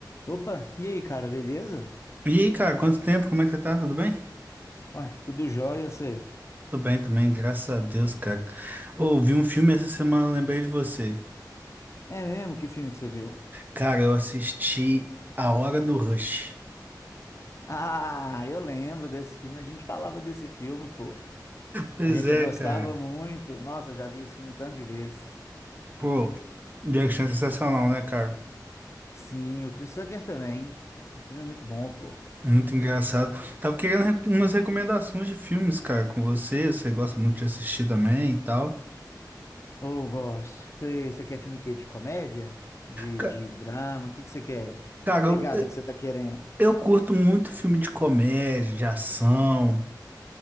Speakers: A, on the left (about 40°); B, on the right (about 25°).
A: Opa, e aí, cara, beleza?
B: E aí, cara, quanto tempo? Como é que você tá? Tudo bem?
A: Uai, tudo jóia, você?
B: Tô bem também, graças a Deus, cara. Ouvi um filme essa semana, lembrei de você.
A: É mesmo? Que filme que você viu?
B: Cara, eu assisti A Hora do Rush.
A: <laughs> Ah, eu lembro desse filme, a gente falava desse filme, pô.
B: Pois
A: A gente
B: é,
A: gostava
B: cara.
A: muito. Nossa, eu já vi esse filme tanto de vez.
B: Pô, Jackson é sensacional, né, cara?
A: Sim, o Chris Tucker também. O filme é muito bom, pô.
B: Muito engraçado. Tava querendo re- umas recomendações de filmes, cara, com você. Você gosta muito de assistir também e tal.
A: Oh, gosto. Você, você quer filme o quê? De comédia? De,
B: Ca-
A: de drama? O que que você quer?
B: Cara,
A: Que pegada
B: eu,
A: que você tá querendo?
B: eu curto muito filme de comédia, de ação.